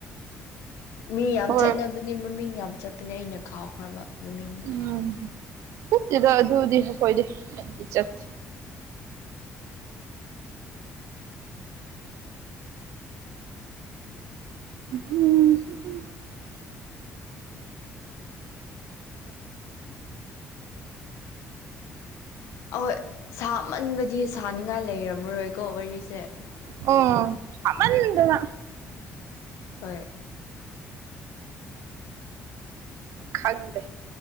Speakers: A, on the left; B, on the right.
A: ꯃꯤ ꯌꯥꯝ
B: ꯍꯣꯏ
A: ꯆꯠꯅꯕꯅꯦ ꯃꯃꯤꯡ ꯌꯥꯝ ꯆꯠꯄꯅꯦ ꯑꯩꯅ ꯀꯥꯎꯈ꯭ꯔꯕ ꯃꯃꯤꯡꯗꯣ
B: ꯎꯝ ꯆꯠꯇꯦꯗ ꯑꯗꯨꯗꯤ ꯑꯩ ꯀꯣꯏꯗꯦ ꯑꯩꯗꯤ ꯆꯠꯇꯦ ꯍꯝ
A: ꯑꯍꯣꯏ ꯁꯥꯃꯟꯕꯗꯤ ꯁꯥꯅꯤꯡꯉꯥꯏ ꯂꯩꯔꯝꯃꯔꯣꯏꯀꯣ ꯋꯥꯔꯤꯁꯦ
B: ꯑꯣ ꯆꯃꯟꯗꯗ
A: ꯍꯣꯏ
B: ꯈꯒꯗ